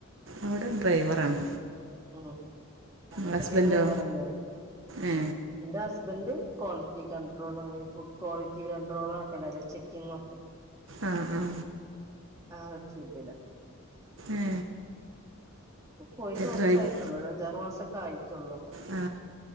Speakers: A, on the right (about 60°); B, on the right (about 15°).
A: അവ്ടെ ഡ്രൈവറാണ്
B: അ ആണോ എന്റെ
A: ഹസ്ബൻഡോ
B: പെൺ ഡ്രൈവറെന്നേണ്
A: ഏ
B: എന്റെ ഹസ്ബന്റ് ക്വാളിറ്റി കൺട്രോളാണ് ഫുഡ് ക്വാളിറ്റി കൺണ്ട്രോളൊക്കെണ്ടല്ലോ ചെക്കിങ്ങൊക്കെ
A: ആ ആ
B: ആ ഒരു ഫീൽഡില
A: ഏ
B: പ്പോ പോയിട്ട് കൊർ
A: ഡ്രൈവ്
B: സായിട്ടുള്ളൂ അഞ്ചാറ് മാസൊക്കായിട്ടുള്ളൂ
A: ആ